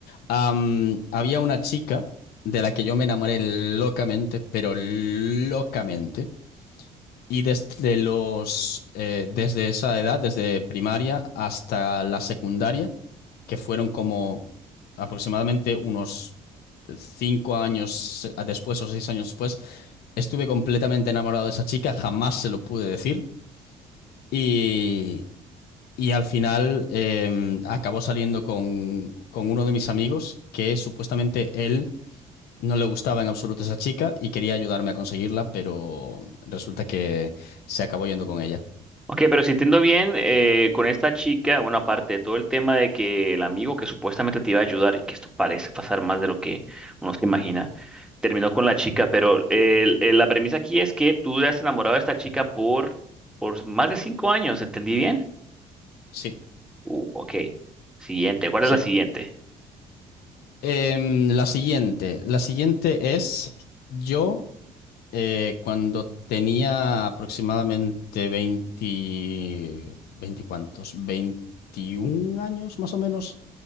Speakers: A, on the left; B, in the centre.
A: Am, había una chica de la que yo me enamoré locamente, pero locamente. Y desde los, eh, desde esa edad, desde primaria hasta la secundaria, que fueron como aproximadamente unos cinco años después o seis años después, estuve completamente enamorado de esa chica, jamás se lo pude decir. Y, y al final eh, acabó saliendo con, con uno de mis amigos que supuestamente él no le gustaba en absoluto esa chica y quería ayudarme a conseguirla, pero resulta que se acabó yendo con ella.
B: Ok, pero si entiendo bien, eh, con esta chica, bueno, aparte de todo el tema de que el amigo que supuestamente te iba a ayudar, y que esto parece pasar más de lo que uno se imagina, terminó con la chica, pero el- el- la premisa aquí es que tú te has enamorado de esta chica por, por más de cinco años, ¿entendí bien?
A: Sí,
B: Uh, ok. Siguiente. ¿Cuál
A: sí.
B: es la siguiente?
A: Em, la siguiente, la siguiente es yo eh, cuando tenía aproximadamente 20, 20 cuántos, 21 años más o menos,